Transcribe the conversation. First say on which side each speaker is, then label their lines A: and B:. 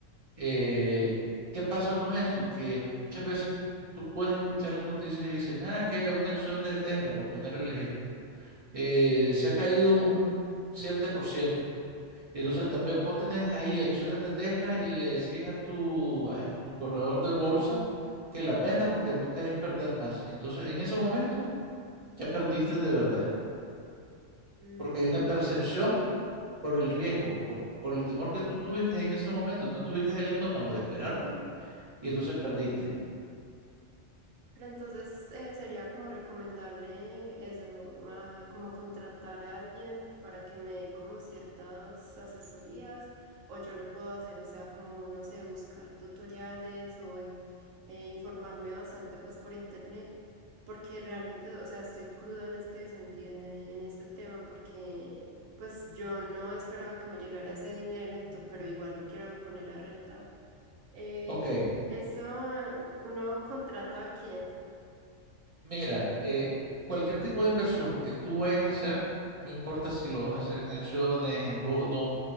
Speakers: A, on the right; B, on the right.
A: Eh, ¿qué pasa con esto? Que muchas veces tú puedes escuchar las noticias y dicen, ah, es que una acción de Tesla, por poner el ejemplo eh, se ha caído un siete por ciento Y entonces tal vez vos tenés ahí acciones de Tesla y le decís a tu, a tu corredor de bolsa que las venda porque no querés perder más. Y entonces en ese momento ya perdiste de verdad,
B: Mm.
A: porque hay una percepción por el riesgo, por, por el temor que tú tuviste en ese momento, no tuviste el estómago de esperarte y entonces perdiste.
B: Pero entonces eh, sería como recomendable eso, ah, como contratar a alguien para que me dé como ciertas asesorías o yo lo puedo hacer, o sea, como, no sé, buscar tutoriales o eh, eh, informarme bastante pues por internet, porque realmente, o sea, estoy cruda en este sentido, en, e- en este tema, porque pues yo no esperaba que me llegara ese dinero, ento- pero igual lo quiero poner a rentar. Eh,
A: Ok,
B: eso, ¿uno contrata a quién?
A: Mira, eh, cualquier tipo de inversión que tú vayas a hacer, no importa si lo vas a hacer en acciones, en bonos,